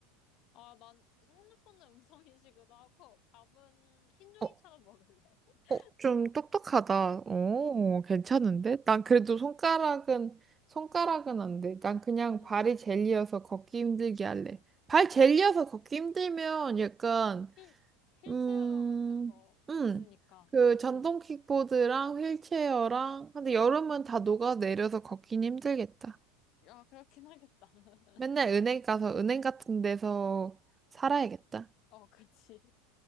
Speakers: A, on the left (about 50°); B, on the right (about 20°).
A: 아, 난 핸드폰은 음성인식으로 하고 밥은 흰 종이처럼
B: 어,
A: 먹을래. <laughs>
B: 어, 좀 똑똑하다. 오, 괜찮은데? 난 그래도 손가락은, 손가락은 안 돼. 난 그냥
A: 음.
B: 발이 젤리여서 걷기 힘들게 할래. 발 젤리여서 걷기 힘들면 약간
A: 휠, 힐체어
B: 음,
A: 같은 거 있으니까.
B: 음. 그 전동
A: 음.
B: 킥보드랑 휠체어랑 근데 여름은 다 녹아내려서 걷긴 힘들겠다.
A: 야, 그렇긴 하겠다. <laughs>
B: 맨날 은행 가서 은행 같은 데서 살아야겠다.
A: 어, 그치.